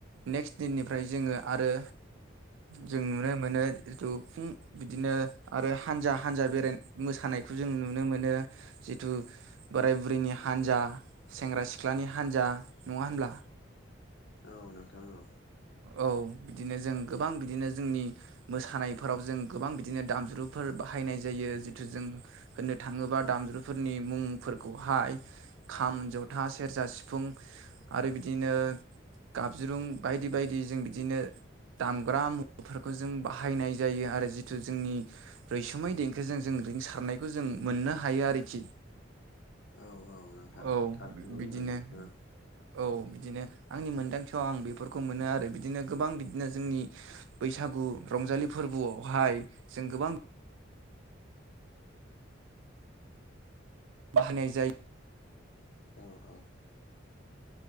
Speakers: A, on the right; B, on the left.
A: नेक्स्ट दिननिफ्राय जोङो आरो जों नुनो मोनो जिथु फुं बिदिनो आरो हानजा हानजा बेराय मोसानायखौ जों नुनो मोनो जिथु बोराय बुरैनि हानजा सेंग्रा सिख्लानि हानजा नङा होनब्ला?
B: औ नोंथां औ
A: औ बिदिनो जों गोबां बिदिनो जोंनि मोसानायफोराव जों गोबां बिदिनो दामज्रुफोर बाहायनाय जायो जिथु जों होननो थाङोबा दामज्रुफोरनि मुंफोरखौहाय खाम, जथा, सेरजा, सिफुं आरो बिदिनो गाबज्रुं बायदि बायदि जों बिदिनो दामग्रा मुवाफोरखौ जों बाहायनाय जायो आरो जिथु जोंनि रैसुमै देंखोजों जों रिंसारनायखौ जों मोननो हायो आरोखि।
B: औ औ नोंथां
A: औ
B: थारखौनो
A: बिदिनो
B: बुंदों नोंथाङा।
A: औ बिदिनो आंनि मोनदांथियाव आं बेफोर खौ मोनो आरो बिदिनो गोबां बिदिनो जोंनि बैसागु रंजालि फोरबोआवहाय जों गोबां बाहायनाय जायो।
B: अ अ